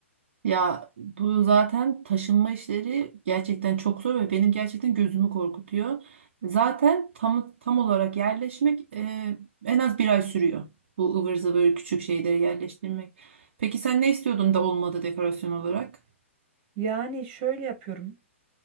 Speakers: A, on the right; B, on the right.
A: Ya bu zaten taşınma işleri gerçekten çok zor ve benim gerçekten gözümü korkutuyor. Zaten tam tam olarak yerleşmek e, en az bir ay sürüyor. Bu ıvır zıvır küçük şeyleri yerleştirmek. Peki sen ne istiyordun da olmadı dekorasyon olarak?
B: Yani şöyle yapıyorum.